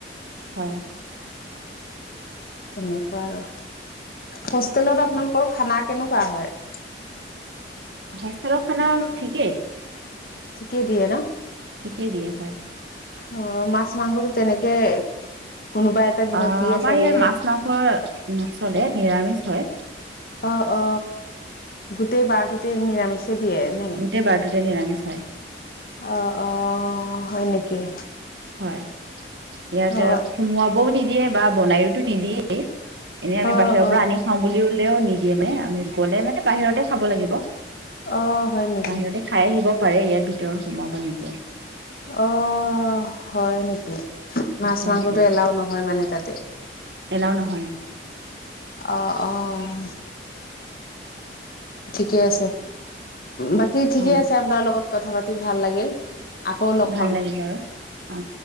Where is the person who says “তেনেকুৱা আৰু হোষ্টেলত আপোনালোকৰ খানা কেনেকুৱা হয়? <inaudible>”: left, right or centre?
Left